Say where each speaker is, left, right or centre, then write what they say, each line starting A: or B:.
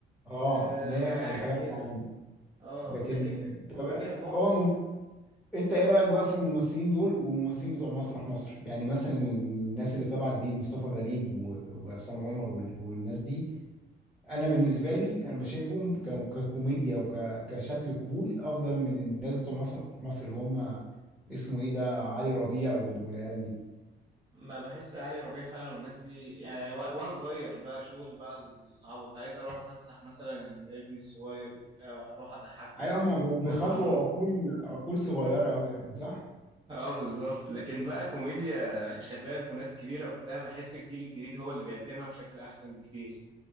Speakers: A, in the centre; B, on the right.
A: اه
B: أه
A: في اللي
B: ح-
A: هي
B: حاجات
A: الحاجات
B: كده
A: معينة
B: اه
A: لكن
B: لكن كوميديا
A: طب
B: الموقف
A: هو مم... انت ايه رأيك بقى في الممثلين دول والممثلين بتوع مسرح مصر يعني مثلا الناس اللي طالعة جديد مصطفى غريب و... وعصام عمر وال... والناس دي انا بالنسبة لي انا بشايفهم ك... ككوميديا وك... كشكل قبول افضل من الناس بتوع مسرح مصر اللي هم اسمه ايه ده علي ربيع وال... والعيال دي
B: ما بحس علي ربيع فعلا والناس دي يعني و... وانا صغير بقى شغل بقى العبط ده عايز اروح افسح مثلا ابني الصغير وبتاع واروح اضحكه
A: ايوه
B: في
A: هما بي-
B: في مسرح
A: بيخاطبوا
B: مصر
A: عقول عقول صغيره قوي يعني صح
B: اه بالظبط لكن بقى كوميديا شباب وناس كبيرة وبتاع بحس الجيل الجديد هو اللي بيقدمها بشكل احسن بكتير